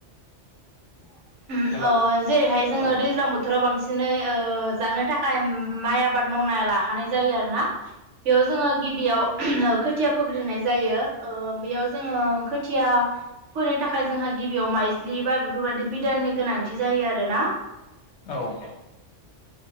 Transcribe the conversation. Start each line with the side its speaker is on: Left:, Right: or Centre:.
Left: <inaudible>
Right: अ जेरैहाय जोङो
Left: औ
Right: दैज्लां बोथोराव बांसिनै ओ जानो थाखाय माइ आबाद मावनाय लाखानाय जायो आरोना बेयाव जोङो गिबियाव खोथिया फग्रिनाय जायो ओ बेयाव जोङो खोथिया फोनो थाखाय जोंहा गिबियाव माइज्लि बा बेफोरबायदि बिदाननि गोनांथि जायो आरोना
Left: औ